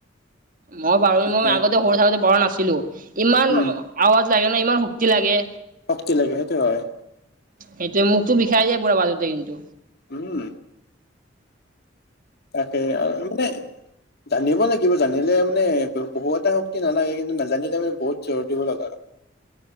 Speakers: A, on the right (about 45°); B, on the left (about 55°).
A: মই পাৰু
B: ঠিকে
A: মই আগতে সৰু থাকোতে পৰা নাছিলো ইমান
B: উম
A: আৱাজ লাগে ন ইমান শক্তি লাগে
B: শক্তি লাগে সেইটো হয়
A: সেইটোৱে মুখতো বিষাই যায় পুৰা মাজতে কিন্তু
B: উম তাকে আৰু মানে জানিব লাগিব জানিলে মানে বহু এটা শক্তি নালাগে কিন্তু নাজানিলে মানে বহুত জোৰ দিব লগা